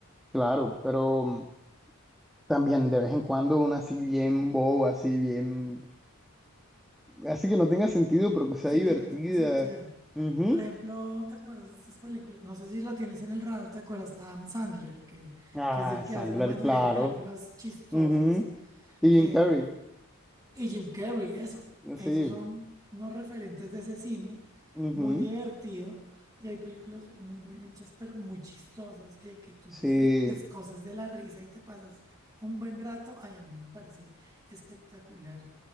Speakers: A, in the centre; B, on the right.
A: claro, pero también de vez en cuando una así bien boba, así bien Así que no tenga sentido, pero que sea
B: sí
A: divertida.
B: que no tenga sentido.
A: Ujú.
B: Por ejemplo, ¿te acuerdas de estas películas? No sé si lo tienes en el radar, ¿te acuerdas? Adam Sandler, que,
A: Ah,
B: que es el que
A: Sandler,
B: hace la mayoría
A: claro.
B: de películas chistosas
A: Ujú. Y
B: eh,
A: Jim Carrey.
B: y Jim Carrey, eso. Ellos
A: Sí.
B: son unos referentes de ese cine,
A: Ujú.
B: muy divertido, y hay películas muy bien hechas, pero muy chistosas, que, que tú
A: Sí.
B: te descoces de la risa y te pasas un buen rato. Ay, a mí me parece espectacular.